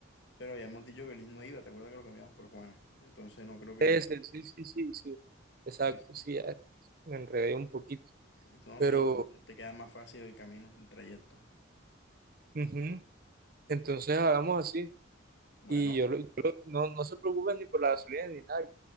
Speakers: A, on the left; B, on the right.
A: Pero habíamos dicho que Liz no iba, ¿te acuerdas que lo cambiamos por Juana? Entonces no creo que...
B: Ese, sí, sí, sí, sí. Exacto,
A: Sí, sí.
B: sí, ya me enredé un poquito.
A: No,
B: Pero,
A: sí, entonces te queda más fácil el camino, el trayecto.
B: ujú, Entonces hagamos así.
A: Bueno,
B: Y yo, lo- yo lo- no, no se preocupen ni por la gasolina ni nada.